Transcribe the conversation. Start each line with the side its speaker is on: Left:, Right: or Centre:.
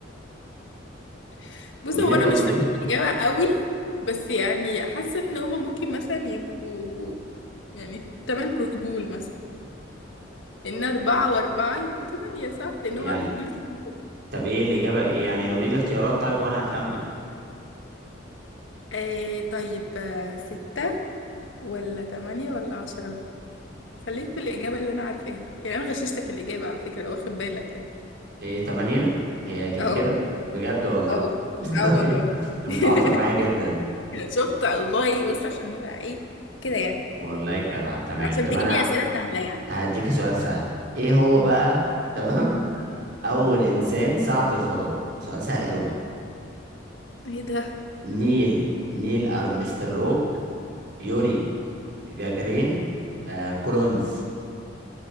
Left: <laughs> بص
Right: قولي
Left: هو
Right: لي
Left: أنا
Right: طب
Left: مش
Right: قولي
Left: فاكرة
Right: لي
Left: الإجابة قوي بس يعني حاسة إن هما ممكن مثلا يبقوا يعني تمن رجول مثلا لأن أربعة وأربعة يبقوا تمانية صح لأن
Right: يعني
Left: هو عنده رجول كتير
Right: طب ايه الاجابة إيه؟ يعني قولي لي اختيارات طيب وانا هخمن
Left: إيه طيب آه، ستة ولا تمانية ولا عشرة خليك في الإجابة اللي أنا عارفاها يعني أنا غششتك الإجابة على فكرة لو واخد بالك يعني
Right: ايه تمانية هي تبقى
Left: أه
Right: كده بجد والله
Left: أه
Right: <laughs>
Left: أه والله
Right: انت متعاطفة
Left: <laughs>
Right: معايا جدا
Left: شفت الله بص عشان نبقى إيه كده يعني
Right: والله جدع تمام
Left: عشان
Right: طب
Left: تجيب
Right: انا
Left: لي أسئلة سهلة يعني
Right: هديك سؤال سهل ايه هو
Left: مم.
Right: بقى <laughs> تمام اول
Left: مم.
Right: انسان صعد للفضاء سؤال سهل قوي
Left: إيه ده
Right: نيل نيل ارمستروج يوري جاجرين آه كولونز